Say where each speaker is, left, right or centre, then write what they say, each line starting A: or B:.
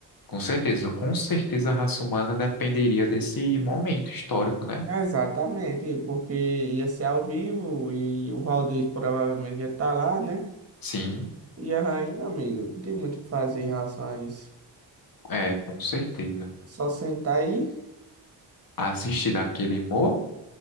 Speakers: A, on the left (about 50°); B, on the right (about 30°).
A: Com certeza, com certeza a raça humana dependeria desse momento histórico, né?
B: Exatamente, porque ia ser ao vivo e o Valdez provavelmente ia estar lá, né?
A: Sim,
B: E aí meu amigo, não tem muito o que fazer em relação a isso.
A: é, com certeza.
B: Só sentar aí,
A: Assistir daquele humor,